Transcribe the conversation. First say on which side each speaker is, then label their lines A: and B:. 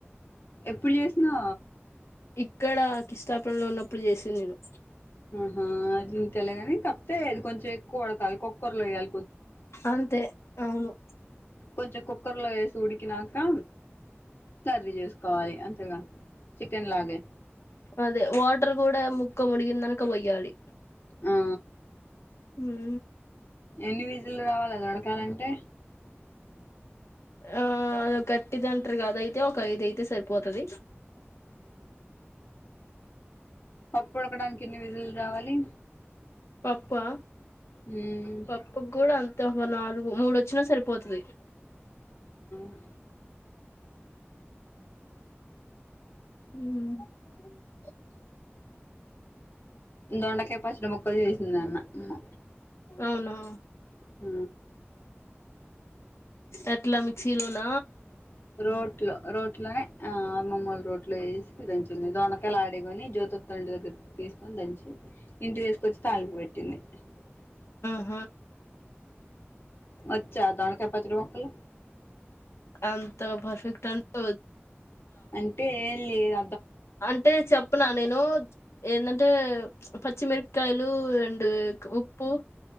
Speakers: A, on the left; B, on the left.
A: ఎప్పుడు చేసినా
B: ఇక్కడ కిష్టాపుర లో ఉన్నప్పుడు చేసి నేను
A: ఆహా అది ఇంతలేగాని తప్పతే అది కొంచెం ఎక్కువ ఉడకాలి కుక్కరిలో వయ్యాలి
B: అంతే అవును
A: కొంచెం కుక్కర్లో వేసి ఉడికినాక కర్రీ చేసుకోవాలి అంతేగా చికెన్ లాగే
B: అదే వాటర్ కూడా ము ముక్క ముడిగిందనుక పోయాలి
A: ఆ
B: ఉ
A: ఎనివేరు ఇట్లు రావాల ఉడకాలంటే
B: ఆ అది గట్టిది అంటారు కదా అయితే ఒక ఐద అయితే సరిపోతుంది
A: పప్పు ఉడకడానికి విజిల్ రావాలి
B: పప్పు
A: ఉమ్
B: పప్పు కూడా అంత నాలుగు మూడు వచ్చినా సరిపోతది <inaudible> <inaudible>
A: ఆ
B: హ
A: దొండకాయ పచ్చిది ముక్కలు చేసింది అ
B: అవునా
A: అ
B: ఏట్ల మిస్స్ లోన
A: రోట్లో రోట్ ఇట్లోనే ఆ మామ్మూలు రోట్లు వేసి దంచింది దొండకాయలు ఆడికొని జ్యోతి ఇట్టి దగ్గర తీసుకొని దంచి ఇంటి చేసుకొచ్చి తాలింపు పెట్టింది అ
B: హా
A: వచ్చా దొండకాయ పచ్చడి ముక్కలు
B: అంతగా పర్ఫెక్ట్ అంట
A: అంటే లెదు
B: అంటే చెప్పునా నేను ఏందన్ టే పచ్చిమిరకాయలు అండ్ ఉప్పు